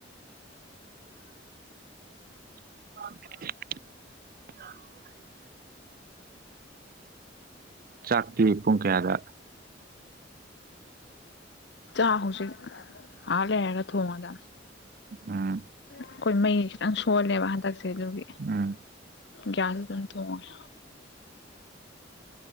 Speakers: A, on the right; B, on the left.
A: ꯑꯣ ꯆꯥꯛꯇꯤ ꯄꯨꯡ ꯀꯌꯥꯗ
B: ꯆꯥ ꯍꯧ ꯁꯤ ꯑꯥ ꯂꯦꯅ ꯊꯣꯡꯉꯗ
A: ꯑꯝ
B: ꯑꯩꯈꯣꯏ ꯃꯩ ꯈꯤꯇꯪ ꯁꯣꯜꯂꯦꯕ ꯍꯟꯗꯛꯁꯦ ꯑꯗꯨꯒꯤ
A: ꯎꯝ
B: ꯒ꯭ꯌꯥꯁ ꯑꯗꯨꯝ ꯊꯣꯡꯉꯦ